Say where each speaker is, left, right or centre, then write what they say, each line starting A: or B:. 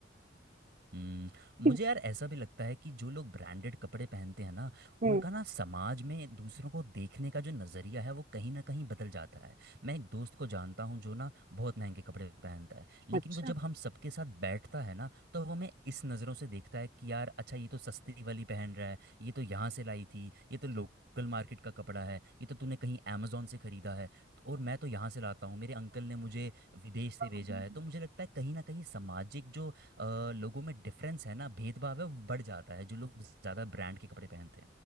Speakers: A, on the right (about 60°); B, on the right (about 45°).
A: हम्म।
B: कि
A: मुझे यार ऐसा भी लगता है कि जो लोग ब्रांडेड कपड़े पहनते हैं ना
B: हम्म
A: उनका ना समाज में दूसरों को देखने का जो नज़रिया है वो कहीं ना कहीं बदल जाता है मैं एक दोस्त को जानता हूँ जो ना बहुत महंगे कपड़े पहनता है लेकिन
B: अच्छा
A: वो जब हम सबके साथ बैठता है ना तो वो हमें इस नज़रों से देखता है कि यार अच्छा ये तो सस्ती वाली पहन रहा है ये तो यहाँ से लाई थी ये तो लोकल मार्केट का कपड़ा है ये तो तूने कहीं अमेजोन से खरीदा है तो और मैं तो यहाँ से लाता हूँ मेरे अंकल ने मुझे विदेश से भेजा
B: है
A: है तो मुझे लगता है कहीं ना कहीं सामाजिक जो अ, लोगों में डिफरेंस है ना भेदभाव है वो बढ़ जाता है जो लोग ज़्यादा ब्रांड के कपड़े पहनते